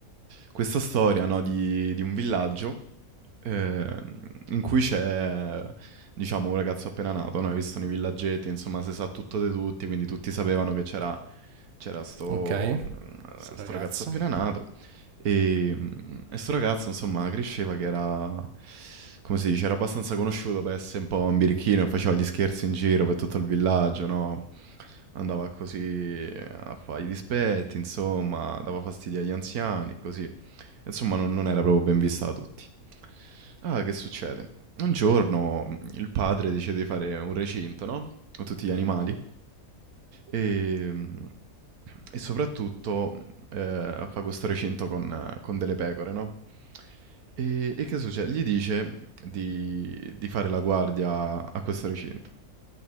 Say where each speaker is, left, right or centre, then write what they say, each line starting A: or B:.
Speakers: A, on the right (about 80°); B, on the right (about 60°).
A: questa storia, no, di, di un villaggio eh, in cui c'è, diciamo, un ragazzo appena nato, no? Hai visto nei villaggetti, insomma, si sa tutto di tutti, quindi tutti sapevano che c'era c'era sto,
B: Ok.
A: mh,
B: Questo
A: sto
B: ragazzo.
A: ragazzo appena nato e, mh, e sto ragazzo insomma cresceva che era, come si dice, era abbastanza conosciuto per essere un po' un birichino, faceva gli scherzi in giro per tutto il villaggio, no? andava così eh, a fare i dispetti, insomma, dava fastidio agli anziani, così. Insomma, non, non era proprio ben vista da tutti. Ah, che succede? Un giorno mh, il padre decide di fare un recinto, no? Con tutti gli animali. E, mh, e soprattutto eh, fa questo recinto con, eh, con delle pecore, no? E, e che succede? Gli dice di, di fare la guardia a questo recinto.